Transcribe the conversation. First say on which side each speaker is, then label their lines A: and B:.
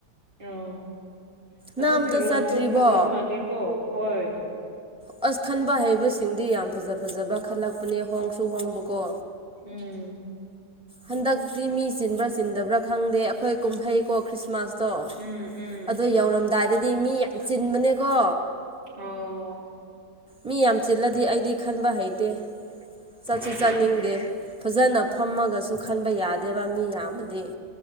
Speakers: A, on the right; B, in the centre.
A: ꯑꯣ ꯑꯗꯨ
B: ꯅꯪ ꯑꯝꯇ
A: ꯐꯤꯔꯣꯟꯜꯗꯣ
B: ꯆꯠꯇ꯭ꯔꯤꯕꯣ
A: ꯐꯖ ꯃꯥꯜꯂꯦꯀꯣ ꯍꯣꯏ
B: ꯑꯁ ꯈꯟꯕ ꯍꯩꯕꯁꯤꯡꯗꯤ ꯌꯥꯝ ꯐꯖ ꯐꯖꯕ ꯈꯜꯂꯛꯄꯅꯦ ꯍꯣꯡꯁꯨ ꯍꯣꯡꯕꯀꯣ
A: ꯎꯝ
B: ꯍꯟꯗꯛꯇꯤ ꯃꯤ ꯆꯤꯟꯕ꯭ꯔꯥ ꯆꯤꯟꯗꯕ꯭ꯔꯥ ꯈꯪꯗꯦ ꯑꯩꯈꯣꯏ ꯀꯨꯝꯍꯩ ꯀꯣ ꯈ꯭ꯔꯤꯁꯃꯥꯁ ꯑꯇꯣ
A: ꯎꯝ ꯎꯝ
B: ꯑꯗꯣ ꯌꯧꯔꯝꯗꯥꯏꯗꯗꯤ ꯃꯤ ꯌꯥꯝ ꯆꯤꯟꯕꯅꯦꯀꯣ
A: ꯑꯣ
B: ꯃꯤ ꯌꯥꯝ ꯆꯤꯜꯂꯗꯤ ꯑꯩꯗꯤ ꯈꯟꯕ ꯍꯩꯇꯦ ꯆꯠꯁꯨ
A: ꯎꯝ
B: ꯆꯠꯅꯤꯡꯗꯦ ꯐꯖꯅ ꯐꯝꯃꯒꯁꯨ ꯈꯟꯕ ꯌꯥꯗꯦꯕ ꯃꯤ ꯌꯥꯝꯃꯗꯤ